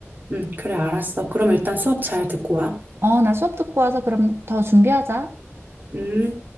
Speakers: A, on the right; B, on the right.
A: 음, 그래, 알았어. 그럼 일단 수업 잘 듣고 와.
B: 어, 나 수업 듣고 와서 그럼 더 준비하자.
A: 음.